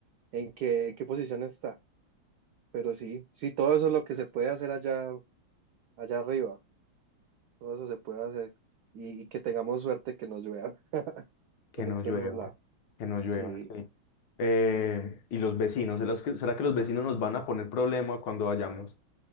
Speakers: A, on the right; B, on the left.
A: en qué, en qué posición está. Pero sí, sí, todo eso es lo que se puede hacer allá, allá arriba. Todo eso se puede hacer. Y, y que tengamos suerte que nos llueva, <laughs>
B: que
A: que no
B: no
A: esté
B: llueva,
A: nublado.
B: que no llueva,
A: Sí.
B: sí. Eh, y los vecinos, ¿será que, será que los vecinos nos van a poner problema cuando vayamos?